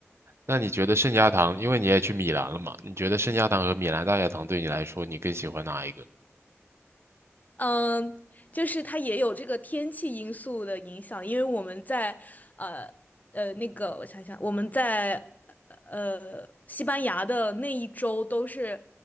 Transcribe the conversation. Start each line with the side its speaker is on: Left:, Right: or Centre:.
Right: 那你觉得圣家堂，因为你也去米兰了嘛？你觉得圣家堂和米兰大教堂对你来说，你更喜欢哪一个？
Left: 嗯，就是它也有这个天气因素的影响，因为我们在呃呃那个，我想想，我们在呃西班牙的那一周都是